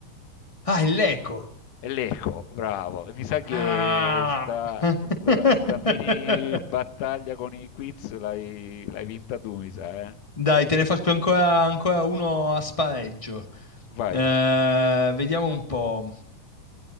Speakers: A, on the left (about 15°); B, on the left (about 75°).
A: ah, è l'eco.
B: È l'eco, bravo. E Mi sa che
A: Ah!
B: sta,
A: <laughs>
B: sta- sta mini battaglia con i quiz l'hai l'hai vinta tu, mi sa, eh?
A: Dai, te ne faccio ancora, ancora uno a spareggio.
B: Vai.
A: Eh, vediamo un po'.